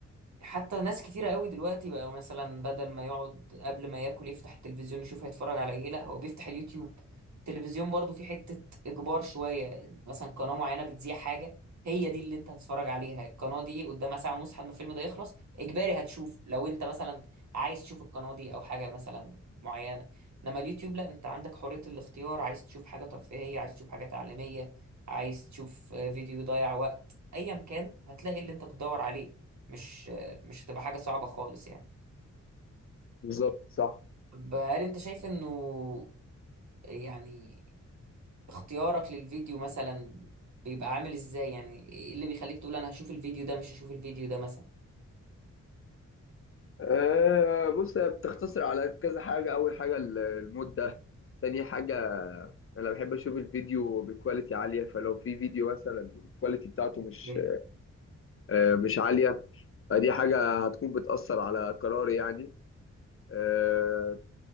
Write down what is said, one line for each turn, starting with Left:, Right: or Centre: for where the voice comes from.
Right: حتى ناس كتيرة قوي دلوقتي بقى مثلا بدل ما يقعد قبل ما ياكل يفتح التلفزيون يشوف هيتفرج على ايه لا هو بيفتح اليوتيوب التلفزيون برضو في حتة اجبار شوية مثلا قناة معينة بتذيع حاجة هي دي اللي انت هتتفرج عليها القناة دي قدامها ساعة ونص لحد ما الفيلم ده يخلص اجباري هتشوف لو انت مثلا عايز تشوف القناة دي او حاجة مثلا معينة انما اليوتيوب لا انت عندك حرية الاختيار عايز تشوف حاجة ترفيهية عايز تشوف حاجة تعليمية عايز تشوف آه، فيديو يضيع وقت ايا كان هتلاقي اللي انت بتدور عليه مش مش هتبقى حاجة صعبة خالص يعني
Left: بالظبط صح
Right: طب هل انت شايف انه يعني اختيارك للفيديو مثلا بيبقى عامل ازاي يعني ايه اللي بيخليك تقول انا هشوف الفيديو ده مش هشوف الفيديو ده مثلا
Left: أه بص هي بتختصر على كذا حاجه اول حاجه ال- المده تاني حاجه انا بحب اشوف الفيديو بكواليتي عاليه فلو في فيديو مثلا الكواليتي بتاعته
Right: اوكي
Left: مش آه، مش عالية فدي حاجة هتكون بتأثر على قراري يعني آه،